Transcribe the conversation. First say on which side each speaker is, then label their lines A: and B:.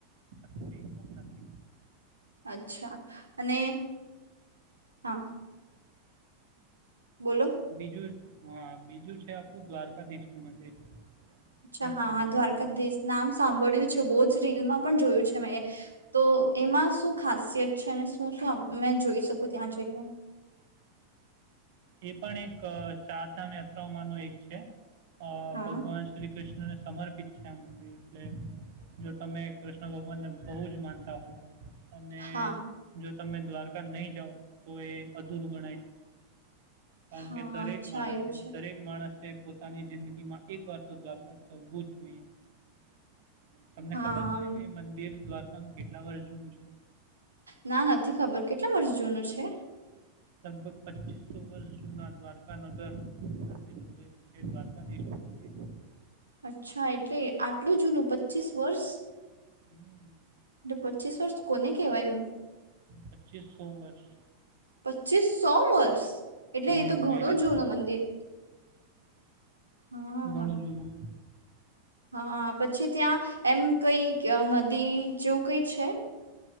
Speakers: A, on the right; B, on the right.
A: અ તો બેસ નથીવા
B: અચ્છા અને હા બોલો
A: બીજું હા બીજું છે આપણું દ્વારકાધીશ નું મંદિર
B: અચ્છા
A: કૃષ્ણ
B: હા
A: ભગવાનનું
B: દ્વારકાધીશ નામ સાંભળ્યું છે બહુ જ રીલમાં પણ જોયું છે મેં તો એમાં શું ખાસ <unintelligible> છે અને શું શું મેં જોઈ શકું ત્યાં જઈને,
A: એ પણ એક ચારધામ યાત્રાઓમાં ન એક છે, અ
B: હા
A: ભગવાન શ્રી કૃષ્ણને સમર્પિત ા મંદિર એટલે જો તમે કૃષ્ણ ભગવાનને બહુ જ માનતા હો અને
B: હા
A: જો તમે દ્વારકા નહી જાાવ તો એ અધૂરું ગણાય છે, કારણ
B: હા
A: કે દરેક
B: અચ્છા
A: માણસે
B: એવું છે
A: દરેક માણસ પોતાની જિંદગીમાં એક વાર તો દ્વારકા જવું જ જોઈએ, તમને
B: હા
A: ખબર છે, એ મંદિર દ્વારા કેટલા વર્ષ જનું છે,
B: ના નથી ખબર કેટલા વર્ષ જૂનું છે?
A: લગભગ પચીસો વર્ષ જૂના દ્વારકા નગર સાથે જોડેલું છે, દ્વારકાધીશ મંદિર
B: અચ્છા એટલે આટલું જૂનું પચીસ વર્ષ
A: હમ્મ
B: એટલે પચીસ વર્ષ કોને કહેવાય
A: પચીસો વર્ષ
B: પચીસ સો વર્ષ એટલે
A: હમ
B: એ તો ઘણું
A: બે હજાર
B: જૂનું મંદિર હા
A: ગણ જોનું
B: હા પછી ત્યાં એમ કઈ નદી જેવું કઈ છે,